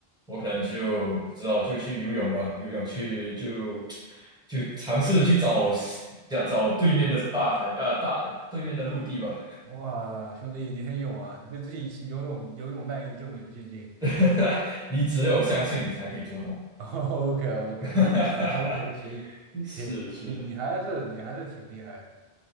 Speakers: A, in the centre; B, on the right.
A: 我可能就不知道就去游泳吧，游泳去就就尝试去找要找对面的大海啊、大对面的陆地吧，
B: 哇，兄弟，你很勇啊！你对自己是游泳游泳耐力这么有信心。
A: <laughs> 你只有相信你才可以做到，
B: <laughs> OK OK，
A: <laughs>
B: 那你吧 OK 行行，
A: 是是
B: 你你还是你还是挺厉害的。